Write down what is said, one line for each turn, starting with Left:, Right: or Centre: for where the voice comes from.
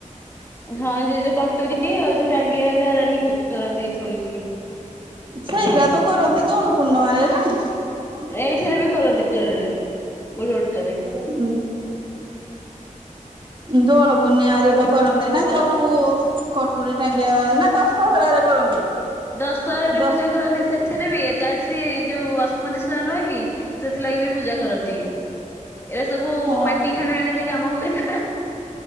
Left: ହଁ ସେ ଯୋଉ କଟୁରୀ ଆଉ ଯୋଉ ଟାଙ୍ଗିଆ ଘରିକା ଆଣିକି ପୂଜା କରନ୍ତି ଥୋଇକି।
Right: ସେଇରା
Left: ବାହାରେ।
Right: ତ କରନ୍ତି ଦୋଳ ପୂର୍ଣ୍ଣମାରେ ନା।
Left: ଏଇଥିରେ ବି କରନ୍ତି ଜଣେ ଜଣେ <unintelligible>
Right: ଉଁ। ଦୋଳ ପୂର୍ଣ୍ଣିଆରେ ତ କରନ୍ତି ନା ଯୋଉ କଟୁରୀ ଟାଙ୍ଗିଆ ନା ଦଶ ଦଶହରା ରେ କରନ୍ତି।
Left: ଦଶହରରେ
Right: ଦ
Left: ପୂଜା କରନ୍ତି ସେଥିରେ ବି ଏ ଆଜି ଯୋଉ ବସୁମତି ସା ନୁହଁ କି ସେଥିଲାଗି ବି ପୂଜା କରନ୍ତି ଏରା ସବୁ
Right: ହଁ
Left: ମାଟି ହାଣ ହଣି ରେ। କାମ ହୁଏ ନା।